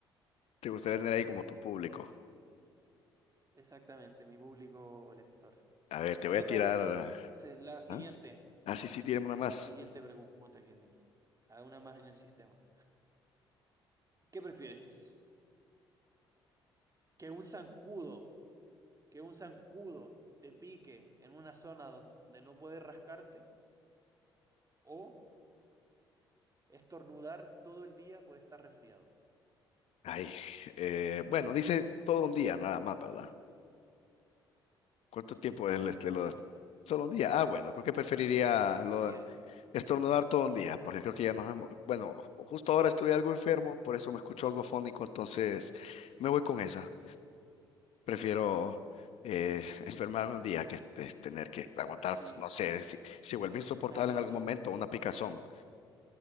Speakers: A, on the left (about 55°); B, on the right (about 25°).
A: Te gustaría tener ahí como tu público.
B: Exactamente, mi público lector.
A: A ver, te
B: Me
A: voy a tirar.
B: toca entonces la siguiente,
A: ¿Ah? Ah, sí, sí, tiremos una más.
B: la siguiente pregunta que tengo. Hay una más en el sistema. ¿Qué prefieres? ¿Que un zancudo, que un zancudo te pique en una zona donde no puedes rascarte o estornudar todo el día por estar resfriado?
A: Ay, eh, bueno, dice todo un día nada más, ¿verdad? ¿Cuánto tiempo es este,
B: Exactamente,
A: lo de- solo un día? Ah, bueno, creo que
B: exactamente.
A: preferiría
B: Solo un día.
A: Estornudar todo un día, porque creo que ya nos hemos... Bueno, justo ahora estoy algo enfermo, por eso me escucho algo afónico, entonces me voy con esa. Prefiero eh, <laughs> enfermarme un día que este, tener que aguantar,
B: Sí,
A: no sé, si, si vuelve insoportable
B: una picazón.
A: en algún momento, una picazón.